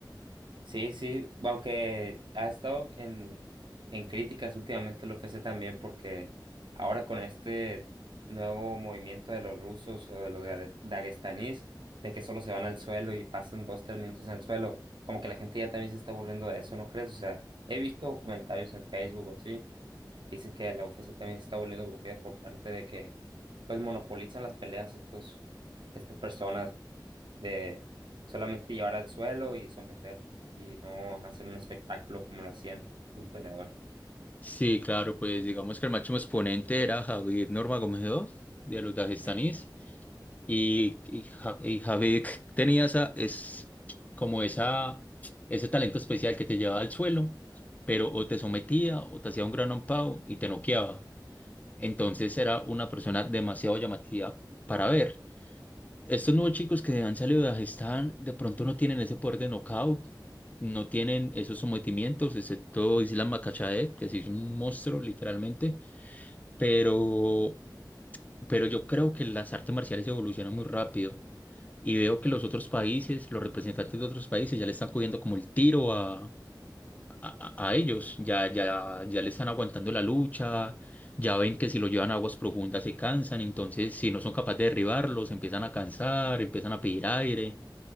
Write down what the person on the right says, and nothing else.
Sí, sí, aunque ha estado en, en críticas últimamente el UFC también porque ahora con este nuevo movimiento de los rusos o de los dage- daguestanís, de que solo se van al suelo y pasan dos, tres minutos en el suelo, como que la gente ya también se está aburriendo de eso, ¿no crees? O sea, he visto comentarios en Facebook o así, dicen que la UFC también se está volviendo aburrida por parte de que pues monopolizan las peleas estos, estas personas de solamente llevar al suelo y someter y no hacer un espectáculo como lo hacían los peleadores.
Ujú.